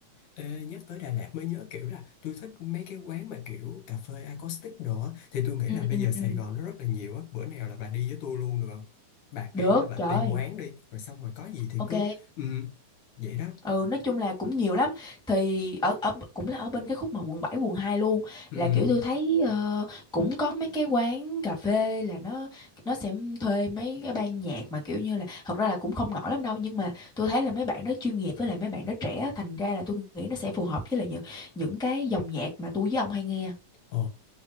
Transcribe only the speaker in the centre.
ừ
ừ
ừ
được
trời
ok
Ừ nói chung là cũng nhiều lắm thì ở ở cũng là ở bên cái khúc mà quận 7 quận 2 luôn
là kiểu tôi thấy ờ, cũng có mấy cái quán cà phê là nó nó sẽ thuê mấy cái ban nhạc mà kiểu như là thật ra là cũng không nổi lắm đâu nhưng mà tôi thấy là mấy bạn đó chuyên nghiệp với lại mấy bạn đó trẻ thành ra là tôi nghĩ nó sẽ phù hợp với lại những những cái dòng nhạc mà tôi với ông hay nghe